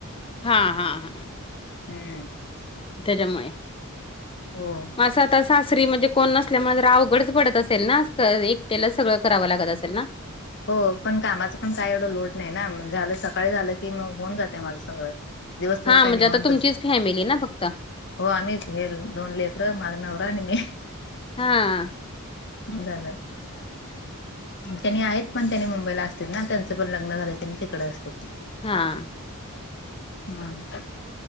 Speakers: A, on the left; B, on the left.
A: हां हां हां
B: हम्म
A: त्याच्यामुळे
B: हो
A: मग असं आता सासरी म्हणजे कोण नसल्यामुळे अवघडच पडत असेल ना एकटेला सगळं करावं लागत असेल ना
B: हो पण कामाचं पण काय एवढं लोड नाही ना झालं सकाळी झालं की मग होऊन जाते माझं सगळं दिवसभर
A: हा
B: काय
A: म्हणजे
B: निवांतच
A: आता तुमचीच फॅमिली ना फक्त
B: हो आम्हीच हे दोन लेख र माझं नवररा आणि मी
A: हा
B: झालं त्यांनी आहेत पण त्यांनी मुंबईला असते ना त्यांचं पण लग्न झालं त्यांनी तिकडे असते
A: हा
B: हम्